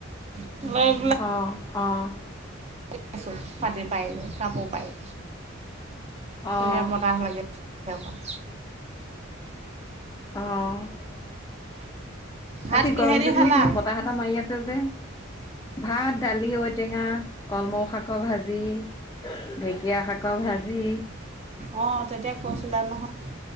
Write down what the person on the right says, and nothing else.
লৈ
শুই আছো পাতি পাৰি লৈ কাপোৰ পাৰি। ধুনীয়া
বতাহ লাগে যদি অকন।
ভাত
কিহেদি
খালা
অ', তেতিয়া কৈছিলা নহয়